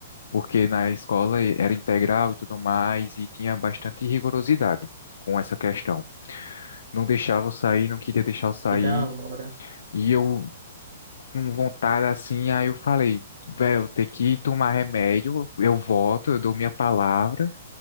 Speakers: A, on the left (about 75°); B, on the right (about 50°).
A: porque na escola era integral e tudo mais e tinha bastante rigorosidade com essa questão. Não deixava eu sair, não queria deixar eu sair.
B: Que da hora.
A: E eu com vontade assim, aí eu falei, velho, tem que tomar remédio, eu volto, eu dou minha palavra